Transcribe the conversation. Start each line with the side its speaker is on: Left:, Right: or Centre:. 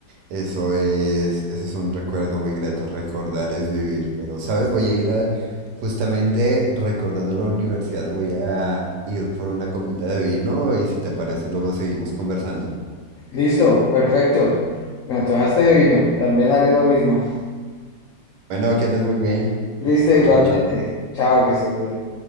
Right: eso es, eso es un recuerdo muy grato, recordar es vivir, pero sabes, voy a ir a, justamente recordando la universidad, voy a ir por una copita de vino y si te parece luego seguimos conversando.
Left: Listo, perfecto. Me antojaste de vino, también haré lo mismo.
Right: Bueno, que andes muy bien,
Left: Listo, igualmente.
Right: chao, chao.
Left: Chao, que estés bien.